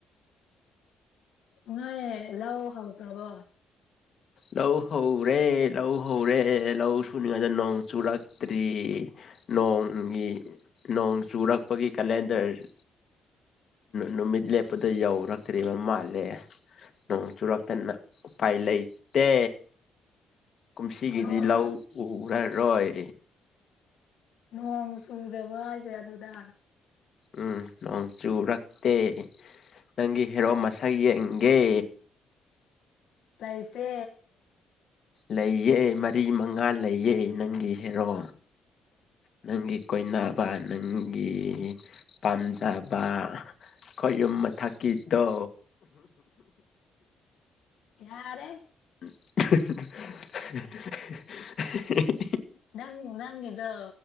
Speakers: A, on the left; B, on the left.
A: ꯅꯣꯏ ꯂꯧ ꯍꯥꯎꯈ꯭ꯔꯕꯣ
B: ꯂꯧ ꯍꯧꯔꯦ ꯂꯧ ꯍꯧꯔꯦ ꯂꯧ ꯁꯨꯅꯤꯉꯥꯏꯗ ꯅꯣꯡ ꯆꯨꯔꯛꯇ꯭ꯔꯤ ꯅꯣꯡꯒꯤ ꯅꯣꯡ ꯆꯨꯔꯛꯄꯒꯤ ꯀꯦꯂꯦꯟꯗꯔ ꯅꯨꯃꯤꯠ ꯂꯦꯞꯄꯗ ꯌꯧꯔꯛꯇ꯭ꯔꯤꯕ ꯃꯥꯜꯂꯦ ꯅꯣꯡ ꯆꯨꯔꯛ ꯇꯅ ꯎꯄꯥꯏ ꯂꯩ ꯇꯦ ꯀꯨꯝꯁꯤꯒꯤꯗꯤ
A: ꯅꯣꯡ
B: ꯂꯧ ꯎꯔꯔꯣꯏ
A: ꯅꯣꯡ ꯆꯨꯗꯕ꯭ꯔꯣ ꯍꯥꯏꯁꯦ ꯑꯗꯨꯗ
B: ꯎꯝ ꯅꯣꯡ ꯆꯨꯔꯛꯇꯦ ꯅꯪꯒꯤ ꯍꯦꯔꯣ ꯃꯁꯛ ꯌꯦꯡꯒꯦ
A: ꯂꯩꯇꯦ
B: ꯂꯩꯌꯦ ꯃꯔꯤ ꯃꯉꯥ ꯂꯩꯌꯦ ꯅꯪꯒꯤ ꯍꯦꯔꯣ ꯅꯪꯒꯤ ꯀꯣꯏꯅꯕ ꯅꯪꯒꯤ ꯄꯥꯝꯖꯕ ꯑꯩꯈꯣꯏ ꯌꯨꯝ ꯃꯊꯛꯀꯤꯗꯣ
A: ꯌꯥꯔꯦ
B: <unintelligible>
A: ꯅꯪ ꯅꯪꯒꯤꯗꯣ